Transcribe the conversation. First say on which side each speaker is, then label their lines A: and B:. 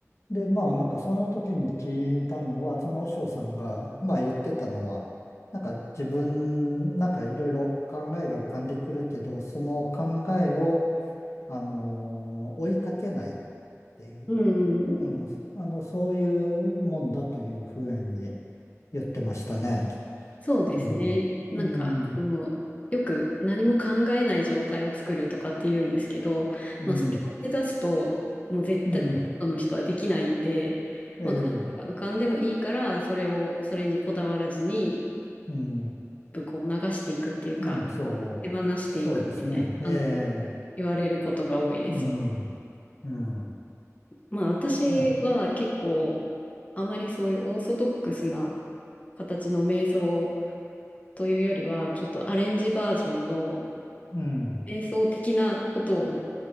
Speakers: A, on the left (about 60°); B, on the left (about 25°).
A: で、まあなんかその時に聞いたのは、その和尚さんが、まあ言ってたのは、なんか自分、なんかいろいろ考えが浮かんでくるけど、その考えを、あの追いかけないっていう、
B: うんうん
A: うん、あの、そういうもんだというふうに言ってましたね。
B: そうですね。
A: うん、
B: なんか、その、
A: う
B: よく何も考えない状態を作るとかって言うんですけど、まあ、
A: ん、
B: それを目指すと、もう絶対、
A: うん、
B: ほとんどの人はできないんで、
A: ええ、
B: まあ、考えが浮かんでもいいから、それを、それにこだわらずに、
A: うん、
B: こう流していくっていうか、
A: うん、そう、
B: 手放していくみたいな感じで
A: そうですね、ええ、
B: 言われることが多いです。
A: うん、うん、
B: まあ、私は結構、
A: いや、
B: あまりそういうオーソドックスな形の瞑想というよりは、ちょっとアレンジバージョンの、
A: うん、
B: 瞑想的なことを